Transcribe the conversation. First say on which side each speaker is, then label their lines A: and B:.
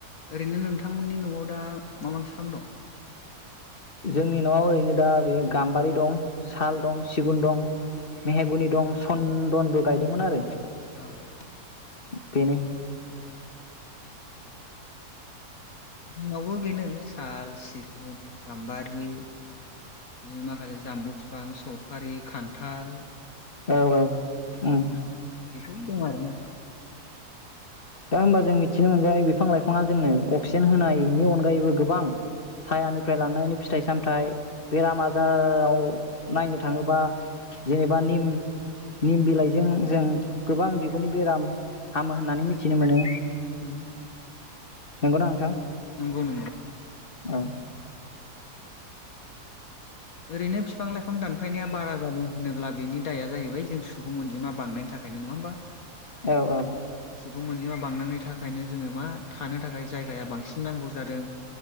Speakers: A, on the left; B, on the left.
A: ओरैनो नोंथांमोननि न'आव दा मा मा बिफां दं?
B: जोंनि न'आव ओरैनो दा बेयो गाम्बारि दं साल दं सिगुन दं मेहेगुनि दं सन्दनबो गायदोंमोन आरो
A: ओ उम
B: बेनो
A: जोंनावबो बेनो साल सिबिं गाम्बारि बिनो माखासे जामबु बिफां सफारि खान्थाल
B: औ औ ओम
A: बेफोरनो दं आरो ना।
B: दा होमबा जों मिथिनो मोनबाय बिब फां लाइफाङा जोंनो अक्सिजेन होनायनि अनगायैबो गोबां सायानिफ्राय लानायनि फिथाइ सामथाइ बेराम आजाराव नायनो थाङोबा जेनेबा निम निम बिलाइजों जों गोबां बिगुरनि बेराम हामो होननानै मि थिनो मोनो
A: उम
B: नंगौना नोंथां।
A: नंगौ नंगौ
B: औ
A: ओरैनो बिफां लाइफां दानफायनाया बारा जादों होनोब्ला बेनि दाया जाहैबाय जों सुबुं अनजिमा बांनायनि थाखायनो नङा होमबा
B: औ औ
A: सुबुं अनजिमा बांनांनि थाखायनो जोङो मा थानो थाखाय जायगाया बांसिन नांगौ जादों।